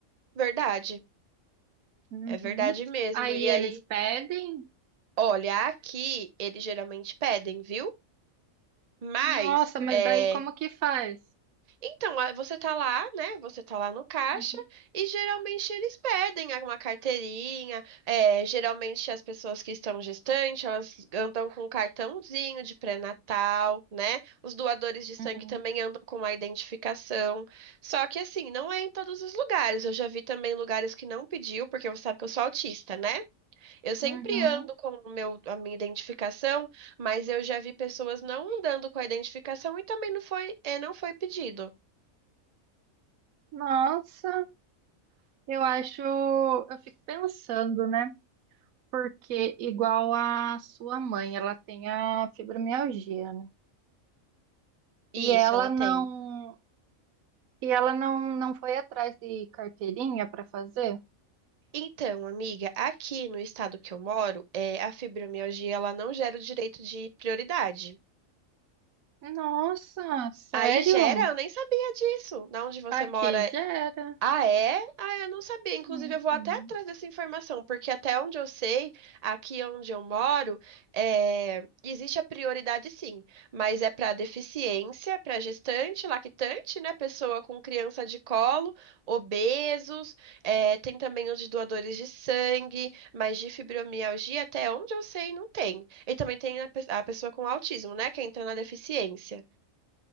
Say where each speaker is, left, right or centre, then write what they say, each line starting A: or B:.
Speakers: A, on the right (about 35°); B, on the right (about 90°).
A: Verdade,
B: Uhum.
A: é verdade mesmo.
B: Aí
A: E aí,
B: eles pedem.
A: olha, aqui eles geralmente pedem, viu? Mas
B: Nossa, mas
A: eh,
B: daí como que faz?
A: Então, a- você tá lá, né? Você tá lá no caixa
B: Uhum,
A: e geralmente eles pedem alguma carteirinha. é, geralmente as pessoas que estão gestantes, elas andam com um cartãozinho de pré-natal, né? Os doadores de sangue
B: uhum,
A: também andam com a identificação. Só que assim, não é em todos os lugares. Eu já vi também lugares que não pediu, porque você sabe que eu sou autista, né? Eu sempre
B: uhum.
A: ando com o meu, a minha identificação, mas eu já vi pessoas não andando com a identificação e também não foi, é, não foi pedido.
B: Nossa. Eu acho, eu fico pensando, né? Porque igual a sua mãe, ela tem a fibromialgia, né?
A: Isso,
B: E ela
A: ela tem.
B: não, e ela não, não foi atrás de carteirinha para fazer?
A: Então, amiga, aqui no estado que eu moro, é, a fibromialgia ela não gera o direito de prioridade.
B: Nossa, sério?
A: Aí gera, eu nem sabia disso. Na onde você
B: Aqui
A: mora
B: já era.
A: Ah, é? Ah, eu não sabia. Inclusive,
B: Uhum.
A: eu vou até atrás dessa informação, porque até onde eu sei, aqui onde eu moro, é, existe a prioridade sim, mas é para deficiência, para gestante, lactante, né? Pessoa com criança de colo, obesos, é, tem também os de doadores de sangue, mas de fibromialgia, até onde eu sei, não tem. E também tem a pe- a pessoa com autismo, né? Que entra na deficiência.